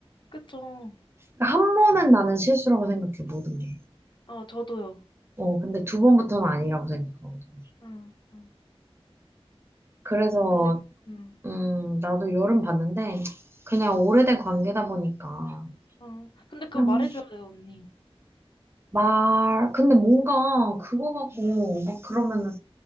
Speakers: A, on the left; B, on the right.
A: 그쵸.
B: 그러니까 한 번은 나는 실수라고 생각해, 모든 게.
A: 어, 저도요.
B: 어, 근데 두 번부터는 아니라고 생각하거든.
A: 응, 응,
B: 그래서,
A: 맞아. 근데, 그- 응,
B: 음, 나도 열은 받는데, 그냥
A: 응,
B: 오래된 관계다 보니까,
A: 어, 근데 그거
B: 그냥
A: 말해줘야 돼요, 언니.
B: 말, 근데 뭔가 그거 갖고
A: 응.
B: 막 그러면은,